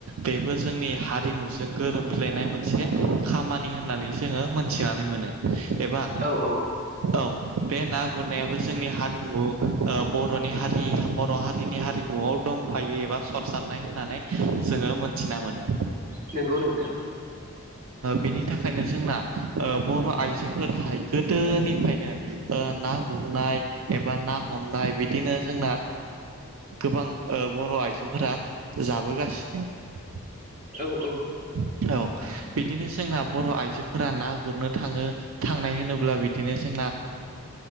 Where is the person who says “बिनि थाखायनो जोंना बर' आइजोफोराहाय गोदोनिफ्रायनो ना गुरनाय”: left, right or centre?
Right